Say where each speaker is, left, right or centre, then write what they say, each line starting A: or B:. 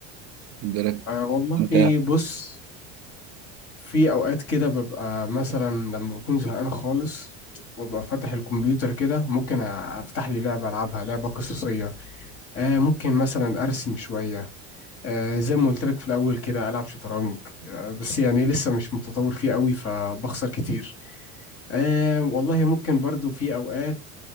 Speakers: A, on the right; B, on the left.
A: واخد بالك
B: أه والله
A: انت
B: إيه بص في أوقات كده ببقى مثلا لما بكون زهقان خالص وابقى فاتح الكمبيوتر كده ممكن افتح لي لعبه العبها لعبه قصصيه آه ممكن مثلا ارسم شويه آه، زي ما قلت لك في الأول كده ألعب شطرنج آه، بس يعني لسه مش متطور فيه قوي فبخسر كتير أه والله ممكن برضو في أوقات